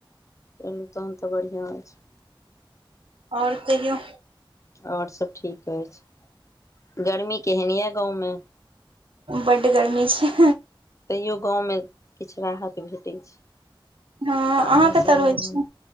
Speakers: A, on the left; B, on the right.
A: कलहुँ तहन तऽ बढ़िआँ अछि
B: ओर कहियौ
A: ओर सब ठीक अछि गर्मी केहन यए गाँव मे
B: बड्ड गर्मी छै
A: तैयो गाँवमे किछ राहत भेटैत छै
B: हँ अहाँ
A: आहान
B: कतऽ
A: सुनाऊ
B: रहै
A: तहन
B: छी